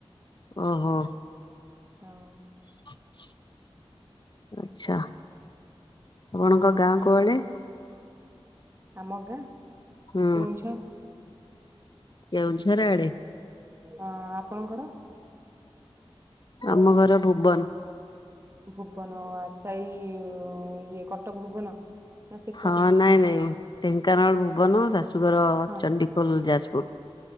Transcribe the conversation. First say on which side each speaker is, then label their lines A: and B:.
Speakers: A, on the left; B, on the right.
A: ଓହୋ।
B: ହଁ।
A: <inaudible> ଆଚ୍ଛା ଆପଣଙ୍କ ଗାଁ କୁଆଡେ?
B: ଆମ ଗାଁ!
A: ହୁଁ
B: କେଉଁଝର୍,
A: କେଉଁଝର ଆଡେ
B: ହଁ ଆପଣଙ୍କର-
A: ଆମ ଘର ଭୁବନ।
B: ଭୁବନ ଆ ତାଇ ଇଏ କଟକ ଭୁବନ ନା ସେପଟେ?
A: ହଁ ନାଇଁ ନାଇଁ ଢେଙ୍କାନାଳ ଭୁବନ ଶାଶୁଘଡ଼
B: ହଁ
A: ଚଣ୍ଡିଖୋଲ ଯାଜପୁର।